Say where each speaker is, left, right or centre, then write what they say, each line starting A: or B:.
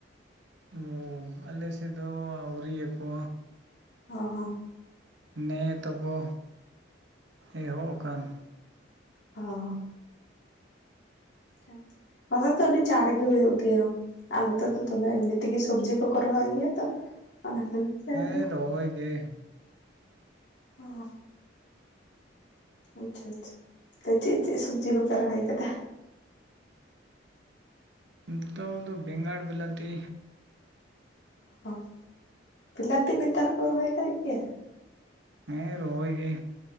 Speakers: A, on the right; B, on the left.
A: ᱚ ᱟᱞᱮ ᱥᱮᱫ ᱫᱚ ᱟᱹᱣᱨᱤᱭᱟᱠᱚ
B: ᱚ ᱦᱚᱸ
A: ᱱᱮ ᱛᱚᱠᱚ ᱮᱦᱚᱵ ᱟᱠᱟᱱ
B: ᱚ ᱟᱪᱪᱷᱟ ᱟᱪᱪᱷᱟ ᱱᱚᱛᱮ ᱛᱚ ᱟᱹᱰᱤ ᱪᱟᱬ ᱜᱮ ᱦᱩᱭᱩᱜ ᱜᱮᱭᱟ ᱟᱨ ᱱᱚᱛᱮ ᱫᱚ ᱫᱚᱢᱮ ᱮᱢᱱᱤ ᱛᱮᱜᱮ ᱥᱚᱵᱽᱡᱤ ᱠᱚᱠᱚ ᱨᱚᱦᱚᱭ ᱭᱟ ᱛᱚ ᱚᱱᱟ ᱠᱷᱟᱱᱛᱮ
A: ᱦᱮᱸ
B: ᱟᱫᱚ
A: ᱨᱚᱦᱚᱭ ᱜᱮ
B: ᱚ ᱟᱪᱪᱷᱟ ᱟᱪᱪᱷᱟ ᱪᱮᱫ ᱪᱮᱫ ᱥᱚᱵᱡᱤ ᱠᱚᱯᱮ ᱨᱚᱦᱚᱭ ᱠᱟᱫᱟ
A: ᱱᱤᱛᱚᱜ ᱫᱚ ᱵᱮᱸᱜᱟᱲ ᱵᱤᱞᱛᱤ
B: ᱚ ᱵᱤᱞᱟᱹᱛᱤ ᱱᱮᱛᱟᱨ ᱠᱚ ᱨᱚᱦᱚᱭ ᱠᱟᱜ ᱜᱮᱭᱟ
A: ᱦᱮᱸ ᱨᱳᱦᱚᱭ ᱜᱮ